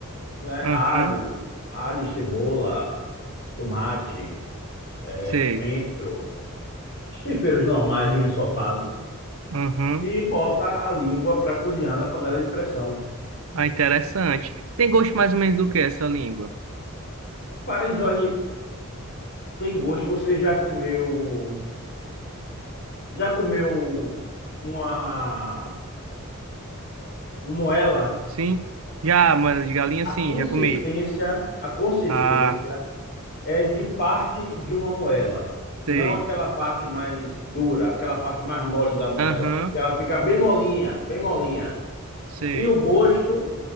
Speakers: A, on the left; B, on the right.
A: né?
B: Aham,
A: Alho, alho, cebola, tomate, eh,
B: sei.
A: coentro, os temperos normais de um ensopado
B: Aham,
A: e bota a língua para cozinhar na panela de pressão.
B: ah, interessante. Tem gosto mais ou menos do que essa língua?
A: Mas olha, tem gosto, você já comeu, já comeu uma moela?
B: Sim? Já, mano, de galinha,
A: A
B: sim,
A: consistência,
B: já comi.
A: a consistência
B: Ah.
A: é de parte de uma moela, não
B: Sei.
A: aquela parte mais dura, aquela parte mais mole da moela.
B: Aham,
A: que Ela fica bem molinha, bem molinha.
B: sei.
A: E o gosto